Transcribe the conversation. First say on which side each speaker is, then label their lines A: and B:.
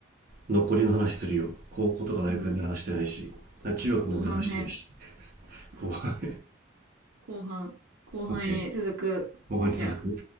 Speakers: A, on the right (about 45°); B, on the right (about 80°).
A: 残りの話するよ高校とか大学全然話してないし中学も全然話してないし
B: うん。そうね後半編。うん。
A: 後半
B: 後半、後半へ続く。
A: OK 後半続く
B: じゃあ。